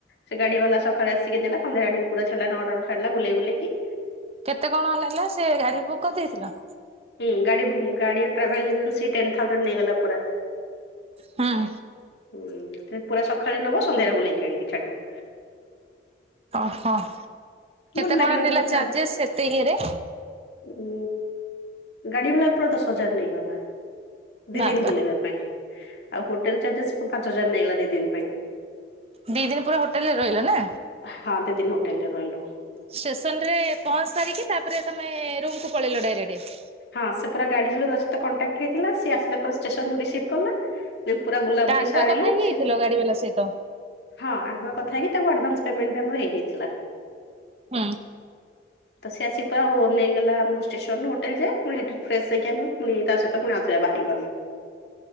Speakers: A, on the left (about 65°); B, on the right (about 30°).
A: ସେ ଗାଡି ବାଲା ସକାଳେ ଆ ସିକେ ନେଲା ସନ୍ଧ୍ୟା ଟ ପୁରାଛାଡିଲା ନଅଟା ରେ ଛାଡିଲା ବୁଲେଇ ବୁଲେଇି କି।
B: କେତେ କଣ ନେଲା ସେ ଗାଡି ବୁକ୍ କରିଦେଇଥିଲା?
A: ହୁଁ ଗାଡ଼ି ଗାଡି ଟ୍ରାଭେଲ ଏଜେନ୍ ଟେନ ଥାଉଜଣ୍ଡ ନେଇଗଲା ପୁରା।
B: ହଁ।
A: ହୁଁ ପୁରା ସକାଳେ ନେବ ସନ୍ଧ୍ୟାରେ ବୁଲେଇକି ଆଣିକି ଛାଡିବ।
B: ଓହୋ କେତେ
A: ଭଲ ଲାଗିଲା
B: କଣ ନେଲା
A: ବହୁତ
B: ଚାର୍ଜେସ୍ ସେତେ ଇଏରେ?
A: ଉ ଗାଡି ଭଲା ପୁରା ଦଶ ହଜାର ନେଇଗଲା। ଦି
B: ବାବା।
A: ଦିନ ବୁଲେଇବା ପାଇଁ ଆଉ ହୋଟେଲ ଚାର୍ଜେସ ପାଞ୍ଚ ହଜାର ନେଇ ଗଲା ଦି ଦିନ ପାଇଁ।
B: ଦି ଦିନ ପୁରା ହୋଟେଲରେ ରହିଲ ନା?
A: ହଁ ଦିଦିନ ହୋଟେଲରେ ରହିଲୁ।
B: ଷ୍ଟେସନ ରେ ପହଞ୍ଚି ସାରିକି ତାପରେ ତମେ ରୁମକୁୁ ପଳେଇଲ ଡାଇରେକ୍ଟ।
A: ହଁ ସେ ପୁର ଗାଡି ଯ ସହିତ କଣ୍ଟାକ୍ଟ ହେଇଥିଲା ସି ଆସିଲା ପ ପରେ ଷ୍ଟେସନ ରିସିଭ୍ କଲା। ପୁରା ବୁଲା
B: ତା
A: ବୁଲି
B: ଆଗୁଆ
A: ସାରିଲୁ
B: କଥା ହେଇଯାଇଥିଲ
A: ସେ
B: ଗାଡି ବାଲା ସହିତ?
A: ହଁ ଆଗୁଆ କଥା ହେଇକି ତାଙ୍କୁ ଆଡଭାନ୍ସ ପେମେଣ୍ଟ ବି ଆମର ହେଇଯାଇଥିଲା।
B: ହୁଁ।
A: ତ ସେ ଆସିପା ଉ ନେଇଗଲା ଆମକୁ ଷ୍ଟେସନରୁ ହୋଟେଲ ଯାଏ ପୁଣିହେଠୁ ଫ୍ରେଶ ହେଇକି ଆମେ ପୁଣି ତା ସହିତ ପୁଣି ଆଉଥରେ ବାହାରିଲୁ ଆମେ